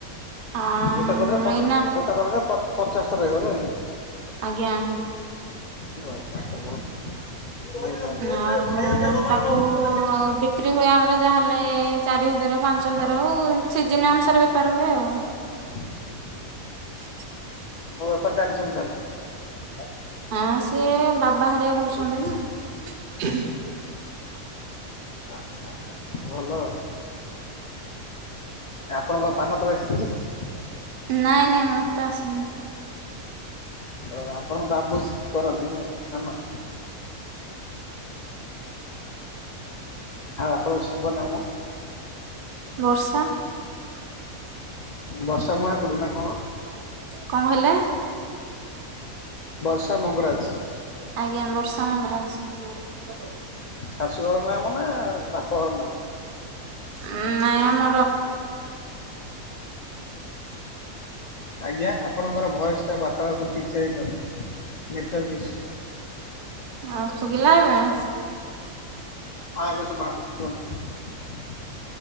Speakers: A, on the right; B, on the left.
A: ଅଁ
B: ଗୋଟେ କଡାରେ
A: ଏଇନା
B: ଗୋଟେ କଡାରେ ପଚାଶଟା ରହିବ ନୁହେଁ।
A: ଆଜ୍ଞା।
B: ଓ ଆଚ୍ଛା ଆଚ୍ଛା ଭଲ। ବହୁତ
A: ଆଉ
B: ଖାଇବା ପିଇବା ଦବା
A: ତାକୁ
B: ନବା ହଉଛି କଣ ଜାଣିପାରୁନୁ
A: ଆଉ
B: ନା କଣ?
A: ବିକ୍ରି ହୁଏ ଆମର ଯାହାହେଲେ ଚାରି ହଜାର ପାଞ୍ଚ
B: ହଁ।
A: ସ ଆଉ ଏମତି ସିଜିନ ଅନୁସାରେ ବେପାର ହୁଏ ଆଉ।
B: <inaudible>
A: <inaudible>
B: ଆପଣ ବେପାର ଜାଣିଛନ୍ତି ତାହେଲେ?
A: ହଁ ସିଏ ବାବା ହେରିକା କରୁଛନ୍ତି
B: ଲେଡିସ୍।
A: ନା?
B: ଆଚ୍ଛା ଆଚ୍ଛା ଭଲ ଆଉ। ଆପଣ କଣ ପାନ ତୁଳା ଶିଖିଛନ୍ତି?
A: ନାଇଁ ନାଇଁ ମତେ ଆସୁନି।
B: ଓ ଆପଣଙ୍କ ବାବୁଜ କରନ୍ତି ନାଇ କାମ। ଆଉ ଆପଣଙ୍କ ଶୁଭ କାମ।
A: ବର୍ଷା।
B: ବର୍ଷା ମହାକୁଡୁ ନା କଣ?
A: କଣ କହିଲେ?
B: ବର୍ଷା ମଙ୍ଗରାଜ।
A: ଆଜ୍ଞା ବର୍ଷା ମଙ୍ଗରାଜ।
B: ଶାଶୁ ଘର ନାମ ନା ବାପାଘର ନାମ?
A: ଉ ନାଇଁ ଆମର
B: ଆଜ୍ଞା ଆପଣଙ୍କର ଭଏସ ଟା ବାର୍ତ୍ତାଳାପ ଠିକସେ ହେଇପାରୁନି ନେଟୱାର୍କ ଇସ୍ୟୁ
A: ଆଉ ଶୁଭିଲା ଏବେ? ଆ
B: ହଁ ଏବେ ଶୁଭା ଗଲା କୁହନ୍ତୁ।